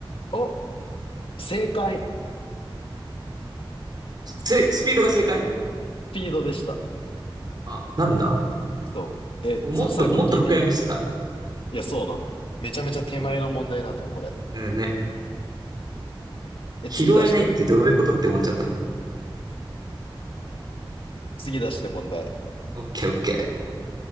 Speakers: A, on the left (about 75°); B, on the right (about 50°).
A: お、正解。
B: せ、スピードが正解
A: スピードでした。
B: あ、なんだ。
A: そう。え、
B: 僕もっと、
A: そう、最後に聞いていい
B: もっと深読みしてた。
A: いや、そうなのよ。めちゃめちゃ手前の問題なのよ、
B: うん、
A: これ。
B: うんね。
A: え、
B: 拾えないってどういうことって思っちゃったんだけど。
A: 次出してよ。次出して問題。
B: オッケーオッケ